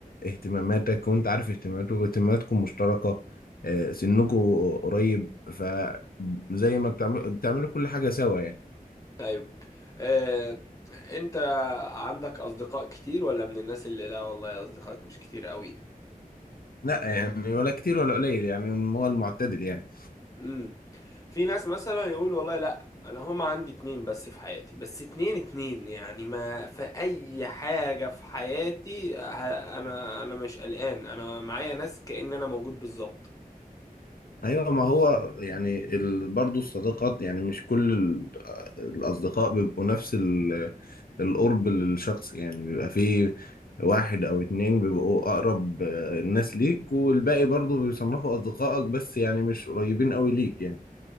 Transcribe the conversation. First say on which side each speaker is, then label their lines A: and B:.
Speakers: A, on the left; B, on the left.
A: اهتماماتك وانت عارف اهتماماته واهتماماتكم مشتركة آه، سنكم قريب فزي ما بتعمل بتعملوا كل حاجة سوا يعني
B: ايوه آه، انت عندك اصدقاء كتير ولا من الناس اللي لا والله اصدقائك مش كتير قوي
A: لا يعني ولا كتير ولا قليل يعني هو المعتدل يعني
B: امم في ناس مثلا يقول والله لا انا هما عندي اتنين بس في حياتي بس اتنين اتنين يعني ما في اي حاجة في حياتي ه- انا انا مش قلقان انا معايا ناس كأن انا موجود بالظبط
A: ايوه ما هو يعني ال... برضه الصداقات يعني مش كل ال... الاصدقاء بيبقوا نفس ال... القرب للشخص يعني بيبقى فيه واحد او اتنين بيبقوا اقرب آه، الناس ليك والباقي برضه بيصنفوا اصدقائك بس يعني مش قريبين قوي ليك يعني